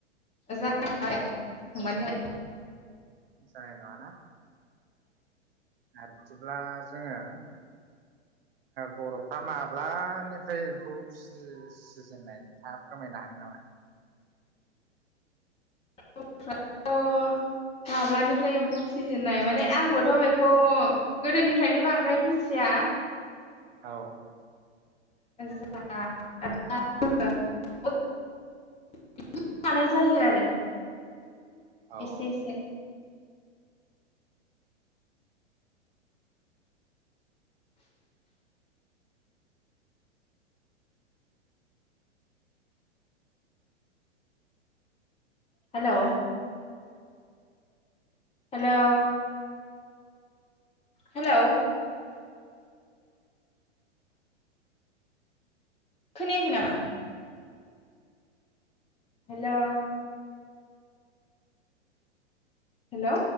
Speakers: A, on the left; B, on the right.
A: जायाया सोंबानो जाबाय
B: जानाय नङाना आरो बिदिब्ला जोङो बर'फ्रा माब्लानिफ्राय एम्फौ फिसिजेननाय नोंथा फोरमायनो हागोन नामा?
A: <unintelligible> माब्लानिफ्राय एम्फौ फिजेननाय माने आंबोथ' बेखौ गोदोनि निफ्रायनो बांद्राय मिथिया
B: औ
A: <inaudible> <unintelligible> जायो आरो।
B: औ
A: एसे एसे हेलौ हेलौ हेलौ खोनयाखै नामा? Hello hello